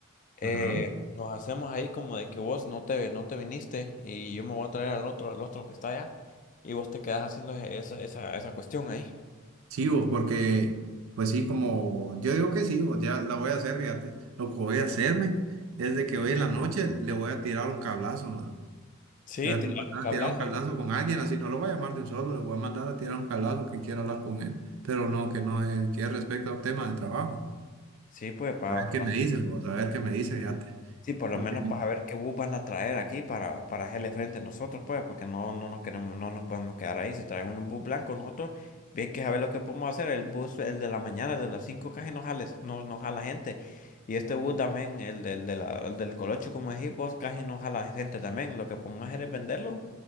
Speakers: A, on the left; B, on the right.
A: eh,
B: Ajá.
A: nos hacemos ahí como de que vos no te, no te viniste y yo me voy a traer al otro, al otro que está allá. Y vos te quedas haciendo esa, esa, esa cuestión ahí.
B: Sí, vos, porque, pues sí, como yo digo que sí, vos, ya la voy a hacer, fíjate. Lo que voy a hacerme es de que hoy en la noche le voy a tirar un cablazo, man.
A: Sí,
B: Le voy
A: te
B: a mandar
A: un cablazo
B: a tirar un cablazo
A: ahí.
B: con alguien, así no lo voy a llamar de un solo, le voy a mandar a tirar un cablazo que quiera hablar con él, pero no, que no, es, que es respecto a un tema de trabajo.
A: Sí, pues, para
B: A ver qué me dice, vos, a ver qué me dice, fíjate.
A: Sí, por lo
B: Porque
A: menos para ver qué bus van a traer aquí para, para hacerle frente a nosotros, pues, porque no, no nos queremos, no nos podemos quedar ahí. Si traen un bus blanco, nosotros, bien que saber lo que podemos hacer, el bus, el de la mañana, el de las 5 casi no jala, no, no jala gente. Y este bus también, el del, de la- el del Colocho como dijimos casi no jala gente también. Lo que podemos hacer es venderlo